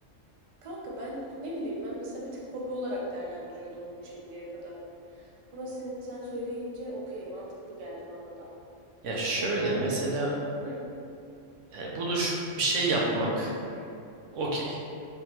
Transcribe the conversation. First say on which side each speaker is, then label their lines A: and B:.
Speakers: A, on the right; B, on the right.
A: Kanka ben ne bileyim ben mesela bir tek hobi olarak değerlendiriyordum bunu şimdiye kadar. Ama sen, sen söyleyince okey mantıklı geldi bana da.
B: Ya şöyle
A: Hobi olmayabilir.
B: mesela
A: Hmm,
B: yani buluşup bir şey yapmak okey